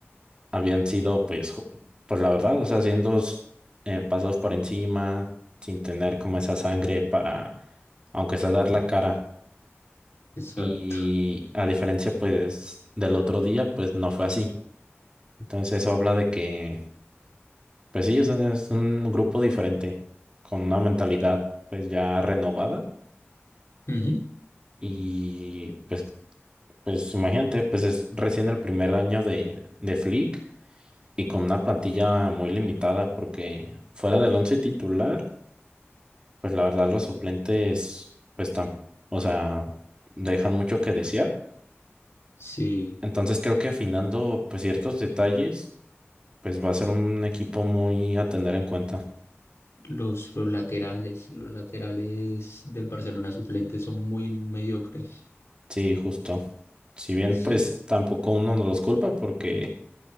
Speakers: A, on the right; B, on the left.
A: habían sido, pues, ju- pues la verdad, o sea, haciendo s- eh, pasos por encima, sin tener como esa sangre para, aunque sea dar la cara.
B: Exacto.
A: Y a diferencia, pues, del otro día, pues no fue así. Entonces eso habla de que Pues sí, es un, es un grupo diferente, con una mentalidad pues ya renovada
B: Ujú.
A: y pues, pues imagínate, pues es recién el primer año de, de Flick y con una plantilla muy limitada porque fuera del once titular, pues la verdad los suplentes pues tan, o sea, dejan mucho que desear.
B: Sí,
A: Entonces creo que afinando pues ciertos detalles, pues va a ser un equipo muy a tener en cuenta.
B: los, los laterales, los laterales del Barcelona suplentes son muy mediocres.
A: Sí, justo. Si bien,
B: Sí,
A: pues tampoco uno no los culpa porque,